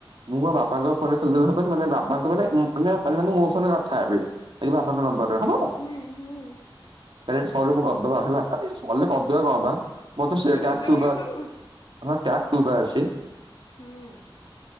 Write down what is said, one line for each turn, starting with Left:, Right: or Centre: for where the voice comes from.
Right: ମୁଁ ମୋ ବାପାଙ୍କ ଫୋନେ ଖୋଲିଦେଲେ ହବନି ମାନେ ବାପାଙ୍କ ମାନେ ମାନେ ମାନେ ମୁଁ ମୋ ଫୋନରେ କଥା ହେବି। ଏଇ ବାପାଙ୍କ ନମ୍ବରରେ ହବ।
Left: ନାଁ ହିଁ।
Right: ହେ ସରୁ ମୁଁ କରିଦବା ହେଲା ସରିଲେ କରିଦବା କଣବା ମତେ
Left: ତୋ
Right: ଟ୍ୟାକ
Left: ନିଜର
Right: ଟୁବା
Left: ଆଗେ ସରୁ
Right: ହଁ ଟ୍ୟାକ ଟୁବା ଅଛି।
Left: ହୁଁ